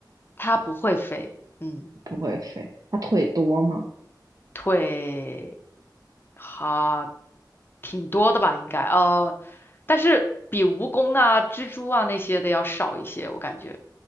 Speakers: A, on the left; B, on the right.
A: 它不会飞。嗯。
B: 不会飞。它腿多吗？
A: 腿哈、挺多的吧，应该呃，但是比蜈蚣啊、蜘蛛啊那些的要少一些，我感觉。